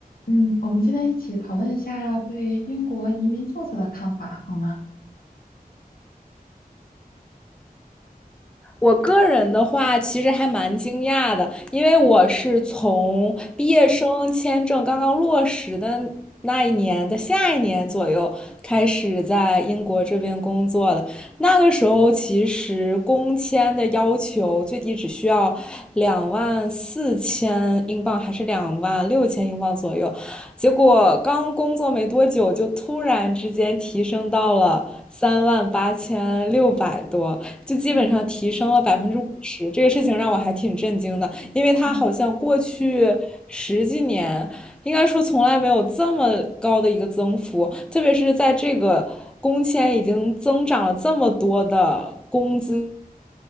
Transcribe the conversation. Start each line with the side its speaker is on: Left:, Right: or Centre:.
Left: 嗯，我们今天一起讨论一下对英国移民政策的看法，好吗？
Centre: 我个人的话，其实还蛮惊讶的，因为我是从毕业生签证刚刚落实的那一年的下一年左右开始在英国这边工作的。
Left: 嗯
Centre: 那个时候，其实工签的要求最低只需要两万四千英镑，还是两万六千英镑左右。结果刚工作没多久，就突然之间提升到了三万八千六百多。就基本上提升了百分之五十，
Left: 嗯
Centre: 这个事情让我还挺震惊的，因为他好像过去十几年，
Left: 嗯
Centre: 应该说从来没有这么高的一个增幅，特别是在这个工签已经增长了这么多的工资